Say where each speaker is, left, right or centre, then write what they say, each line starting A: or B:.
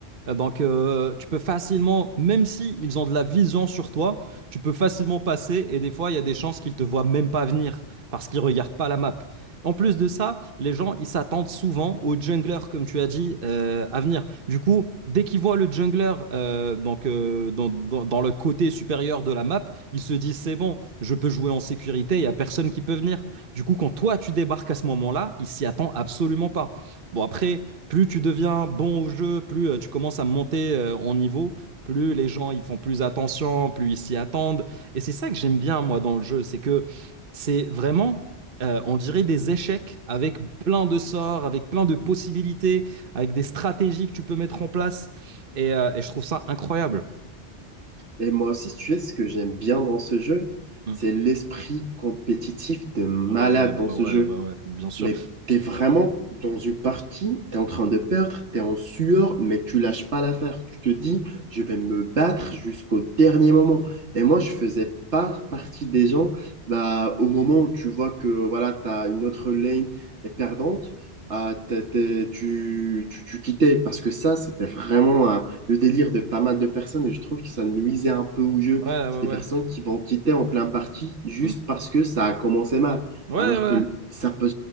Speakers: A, on the right; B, on the right.
A: Euh, Donc euh, tu peux facilement, même si ils ont de la vision sur toi, tu peux facilement passer et des fois il y a des chances qu'ils te voient même pas venir parce qu'ils regardent pas la map. En plus de ça, les gens ils s'attendent souvent aux junglers comme tu as dit euh, à venir. Du coup, dès qu'ils voient le jungler euh, donc euh, dans, dans dans le côté supérieur de la map ils se disent, c'est bon, je peux jouer en sécurité, il n'y a personne qui peut venir. Du coup, quand toi, tu débarques à ce moment-là, il s'y attend absolument pas. Bon, après, plus tu deviens bon au jeu, plus euh, tu commences à monter euh, en niveau, plus les gens ils font plus attention, plus ils s'y attendent. Et c'est ça que j'aime bien, moi, dans le jeu, c'est que c'est vraiment, euh, on dirait des échecs avec plein de sorts, avec plein de possibilités, avec des stratégies que tu peux mettre en place. Et, euh, et je trouve ça incroyable.
B: Et moi aussi, si tu sais, ce que j'aime bien dans ce jeu,
A: Mm.
B: c'est l'esprit compétitif de malade
A: Ouais, bah
B: dans ce
A: ouais,
B: jeu.
A: bah ouais, bien sûr.
B: Mais t'es vraiment dans une partie, t'es en train de perdre, t'es en sueur, mais tu lâches pas l'affaire. Tu te dis, je vais me battre jusqu'au dernier moment. Et moi, je faisais pas partie des gens, bah, au moment où tu vois que voilà, t'as une autre lane est perdante, ah, t'es- t'es- tu, tu, tu quittais. Parce que ça, c'était vraiment euh, le délire de pas mal de personnes et je trouve que ça nuisait un peu au jeu.
A: Ouais,
B: C'est
A: ouais,
B: des
A: ouais.
B: personnes qui vont quitter en plein parti juste
A: Mm.
B: parce que ça a commencé mal.
A: Ouais,
B: Alors
A: ouais, ouais.
B: que ça peut,